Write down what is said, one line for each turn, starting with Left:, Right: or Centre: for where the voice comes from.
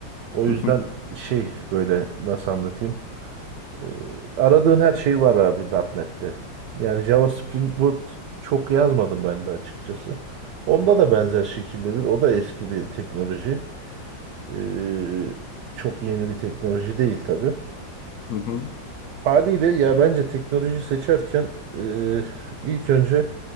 Right: O yüzden
Left: Hı hı,
Right: şey böyle nasıl anlatayım? Ee, aradığın her şey var abi .nokta .NET'te. Yani Java Spring Boot çok yazmadım ben de açıkçası. Onda da benzer şekildedir. O da eski bir teknoloji. Ee, çok yeni bir teknoloji değil tabii.
Left: hı hı.
Right: Haliyle ya bence teknoloji seçerken e, ilk önce